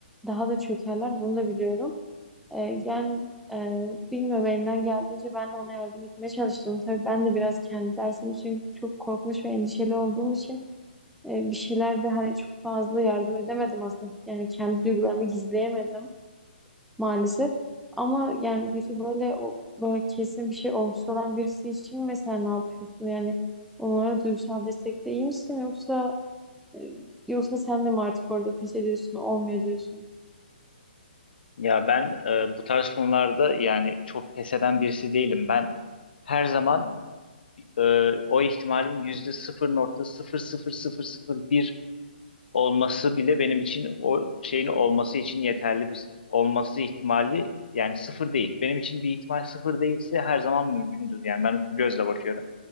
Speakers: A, in the centre; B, on the left.
A: daha da çökerler. Bunu da biliyorum. E, yani e, bilmiyorum elimden geldiğince ben de ona yardım etmeye çalıştım. Tabii ben de biraz kendi dersim için çok korkmuş ve endişeli olduğum için e, bir şeyler de hani çok fazla yardım edemedim aslında. Yani kendi duygularımı gizleyemedim maalesef. Ama yani peki böyle o böyle kesin bir şey olgusu olan birisi için mesela ne yapıyorsun? Yani onlara duygusal destekte iyi misin yoksa e, yoksa sen de mi artık orada pes ediyorsun, olmuyor diyorsun?
B: Ya ben e, bu tarz konularda yani çok pes eden birisi değilim. Ben her zaman e, o ihtimalin yüzde sıfır nokta sıfır sıfır sıfır sıfır bir olması bile benim için o şeyin olması için yeterli bir olması ihtimali yani sıfır değil. Benim için bir ihtimal sıfır değilse her zaman mümkündür. Yani ben bu gözle bakıyorum.